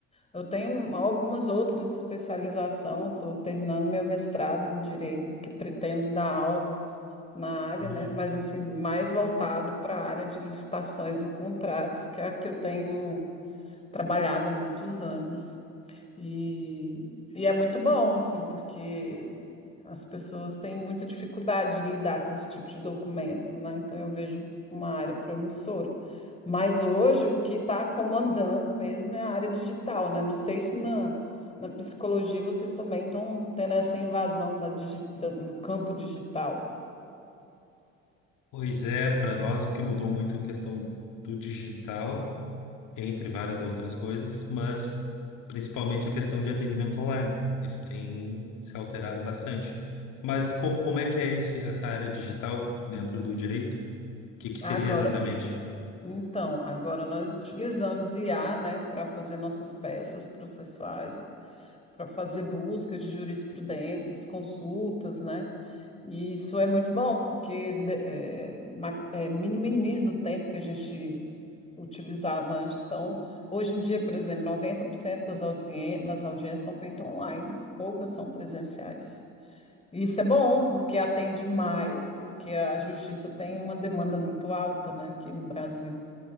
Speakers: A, on the left; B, on the left.
A: Eu tenho algumas outras especializações, estou terminando meu mestrado em Direito, que pretendo dar aula na área,
B: Hum.
A: né, mas assim, mais voltado para a área de licitações e contratos, que é a que eu tenho trabalhado há muitos anos. E, e é muito bom, assim, porque as pessoas têm muita dificuldade de lidar com esse tipo de documento, né? Então eu vejo uma área promissora. Mas hoje o que está comandando mesmo é a área digital, né? Não sei se na, na psicologia vocês também estão tendo essa invasão da digi- da- do campo digital.
B: Pois é, para nós o que mudou muito é a questão do digital, entre várias outras coisas, mas principalmente a questão de atendimento online. Isso tem se alterado bastante. Mas co- como é que é esse, essa área digital dentro do direito? O que que
A: Agora,
B: seria exatamente?
A: então, agora nós utilizamos IA, né, para fazer nossas peças processuais. para fazer buscas de jurisprudências, consultas, né? E isso é muito bom, porque de- eh, ma- eh, minimiza o tempo que a gente utilizava antes. Então, hoje em dia, por exemplo, 90% das, audien das audiências são feitas online, poucas são presenciais. E Isso é bom, porque atende mais, porque a justiça tem uma demanda muito alta, né, aqui no Brasil.